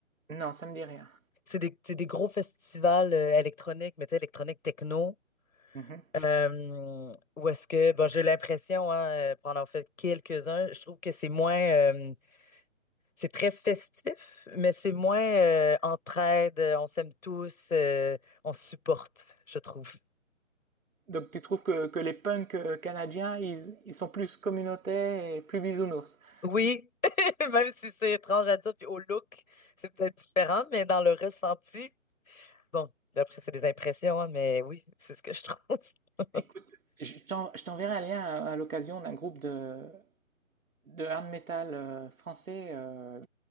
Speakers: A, on the right; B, on the left.
A: Non, ça me dit rien.
B: C'est des, c'est des gros festivals euh, électroniques, mais tu sais, électroniques techno.
A: Mmh
B: Euh, où est-ce que, bon, j'ai l'impression, hein, euh, pour en avoir fait quelques-uns, je trouve que c'est moins. euh, c'est très festif, mais c'est moins euh, entraide, euh, on s'aime tous, euh, on se supporte, je trouve.
A: Donc tu trouves que que les punks, heu, canadiens, ils ils sont plus communautaires et plus bisounours? <laughs>
B: Oui, <laughs> même si c'est étrange à dire, puis au look, c'est peut-être différent, mais dans le ressenti, bon, après, c'est des impressions, hein, mais oui, c'est ce que je trouve. <laughs>
A: Écoute, je t'en- je t'enverrai un lien à, à l'occasion d'un groupe de, de hard metal euh, français euh,